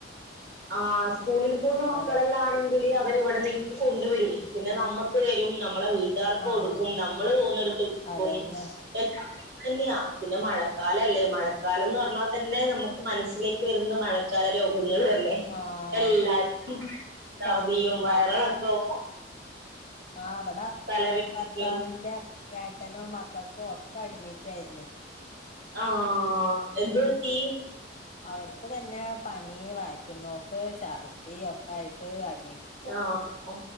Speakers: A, on the right; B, on the left.
A: ആഹ് സ്കൂളിൽ പോന്ന മക്കളെല്ലാണെങ്കില്
B: പല
A: അവരിവടെ നി കൊണ്ടുവരും പിന്നെ നമ്മക്ക് വരും നമ്മളെ വീ ട്ടാർക്ക്
B: ആഹ്
A: കൊടുക്കും നമ്മള് പോന്നെടുത്ത്
B: അതന്നെ
A: ക്കും <unintelligible> തന്നെയാ പിന്നെ മഴക്കാലല്ലേ മഴക്കാലം ന്ന് പറഞ്ഞാ തന്നെ നമുക്ക് മനസ്സിലേക്ക് വരുന്ന മഴക്കാല രോ ങ്ങളല്ലെ
B: ആഹ്
A: എല്ലാക്കും ചർദിയും
B: പനിയും
A: വയറളൊക്കവും.
B: ആ വ്ട
A: തലവേദനയും
B: ഭർത്താവിന്റെ ഏട്ടനോ മക്കക്കോ ഒക്കെ അഡ്മിറ്റാര്ന്ന്.
A: ആഹ് എന്ത്‌ പറ്റീ
B: അവർക്ക് തന്നെ പനി വയ്റ്റ്ന്നോക്ക് ഛർദി ഒക്കായിട്ട് അട്
A: ആഹ്